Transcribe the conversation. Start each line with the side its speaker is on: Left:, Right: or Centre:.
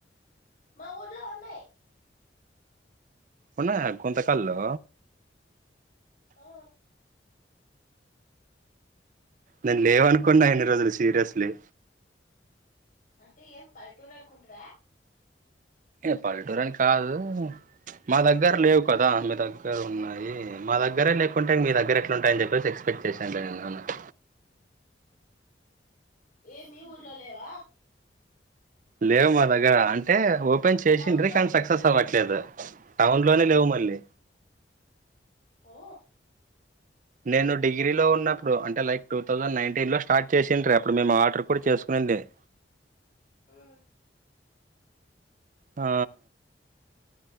Left: మా ఊర్లో ఉన్నాయి
Right: ఉన్నయ గుంత కల్లో
Left: ఆ
Right: నేను లేవనుకున్నా ఎన్ని రోజులు సీరియస్లీ
Left: అంటే ఏం పల్లెటూరు అనుకుంటివ
Right: ఏ పల్లెటూరని కాదు మా దగ్గర లేవు కదా మీ దగ్గర ఉన్నాయి మా దగ్గరే లేకుంటే మీ దగ్గర ఎట్లుంటాయని చెప్పేసి ఎక్స్పెక్ట్ <unintelligible>
Left: ఏ మీ ఊర్లో లేవ
Right: లేవు మా దగ్గర అంటే ఓపెన్ చేసిండ్రి
Left: టౌన్ లో
Right: కానీ సక్సెస్ అవ్వట్లేదు టౌన్ లోనే
Left: మ్మ్
Right: లేవు మళ్ళీ
Left: ఓ
Right: నేను డిగ్రీ లో ఉన్నప్పుడు అంటే లైక్ టూ థౌజండ్ నైన్టీన్ లో స్టార్ట్ చేసిండ ర అప్పుడు మేము ఆర్డర్ కూడ చేసు <unintelligible>
Left: మ్మ్
Right: ఆ